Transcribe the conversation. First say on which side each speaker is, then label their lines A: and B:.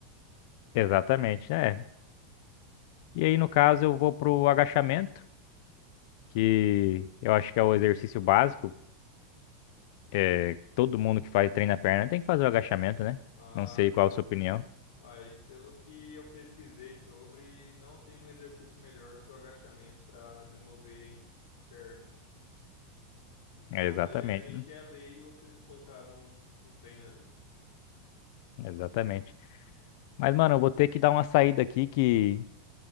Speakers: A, on the left (about 50°); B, on the left (about 85°).
A: Exatamente, é. E aí, no caso, eu vou pro agachamento, que eu acho que é o exercício básico é, todo mundo que faz treino na perna tem que fazer o agachamento, né?
B: Ah,
A: Não sei qual a sua opinião.
B: Mas pelo que eu pesquisei sobre, não tem um exercício melhor do que o agachamento para desenvolver perna. Então
A: É, exatamente,
B: ele é meio
A: mano.
B: que a lei você colocar num, no treino ali.
A: Exatamente. Mas, mano, eu vou ter que dar uma saída aqui que